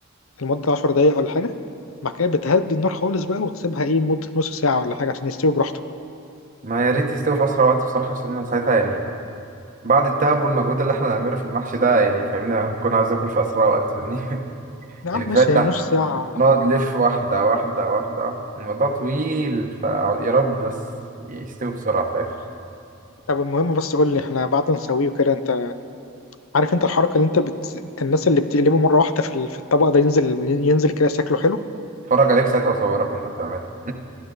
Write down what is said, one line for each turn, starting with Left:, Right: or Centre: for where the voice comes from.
Left: لمدة 10 دقايق ولا حاجة بعد كده بتهدي النار خالص بقى وتسيبها ايه مدة نص ساعة ولا حاجة عشان يستوي براحته
Right: ما يا ريت يستوي في اسرع وقت بصراحه عشان انا ساعتها يعني بعد التعب والمجهود اللي احنا هنعمله في المحشي ده يعني فاهمني هكون عايز اكل في اسرع وقت فاهمني <laughs>
Left: يا عم
Right: يعني كفايه
Left: ماشي
Right: لا
Left: هي نص ساعة ولا
Right: نقعد
Left: حاجة
Right: نلف واحده واحده واحده واحدة. الموضوع طويل فيا رب بس يستوي بسرعه في الاخر
Left: طب المهم بس قول لي احنا بعد ما نسويه وكده انت عارف انت الحركة اللي انت بت... الناس اللي بتقلبه مرة واحدة في ال- في الطبق ده ينزل ينزل كده شكله حلو
Right: اتفرج عليك ساعتها واصورك وانت بتعملها